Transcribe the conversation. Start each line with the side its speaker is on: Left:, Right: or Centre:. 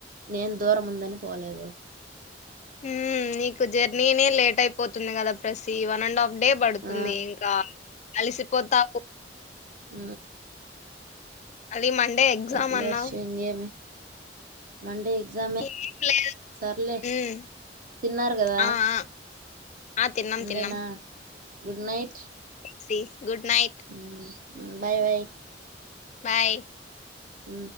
Right: నేను దూరం ఉందని పోలేదు
Left: ఊ నీకు జర్నీనే లేట్ అయిపోతుంది కదా ప్రసి ఈ వన్ అండ్ హాఫ్ డే పడుతుంది
Right: ఆ
Left: ఇంకా కలిసిపోతా
Right: ఊ
Left: మళ్ళీ మండే ఎగ్జామ్
Right: సరేలే
Left: అన్నావ్
Right: <unintelligible> మండే ఎగ్జామే
Left: ఏం లేదు
Right: సర్లే
Left: ఉమ్
Right: తిన్నారు కదా
Left: ఆ ఆ ఆ తిన్నాం
Right: ఉండనా
Left: తిన్నాం
Right: good night
Left: C good night
Right: ఉమ్ బాయ్ బాయ్
Left: బాయ్
Right: ఉ